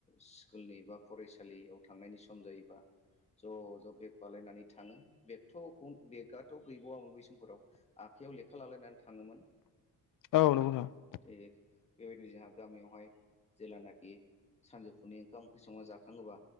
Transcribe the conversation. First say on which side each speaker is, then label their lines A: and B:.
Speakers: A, on the left; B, on the left.
A: स्कुलनि बा फरायसालियाव थांनायनि सम जायोबा ज' ज' बेग बालायनानै थाङो बेगथ' बेगथ' गैबावामोन बै समफोराव आखाइयाव लेखा लालायनानै थाङोमोन।
B: औ नंगौ नोंथां
A: थि बेबायदिनो जोहा गामियावहाय जेलानाखि सानजौफुनि ओंखाम ओंख्रि संनानै जाखाङोबा